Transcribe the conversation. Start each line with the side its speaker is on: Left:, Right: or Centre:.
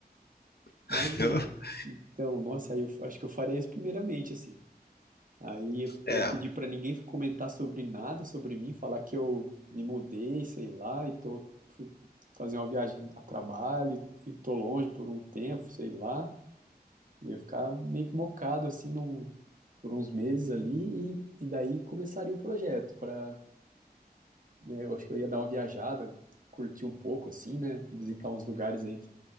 Left: <laughs>
Right: Mas, então, nossa, aí eu f- acho que eu faria isso primeiramente, assim. Aí ia,
Left: É,
Right: ia
Left: eu-
Right: pedir
Left: é,
Right: pra ninguém comentar sobre nada, sobre mim, falar que eu me mudei, sei lá, e tô, fui fazer uma viagem a trabalho e tô longe por um tempo, sei lá. Eu Ia ficar meio que mocado assim num- por uns meses ali e, e daí começaria o projeto para, né, eu acho que eu ia dar uma viajada, curtir um pouco assim, né, visitar uns lugares aí,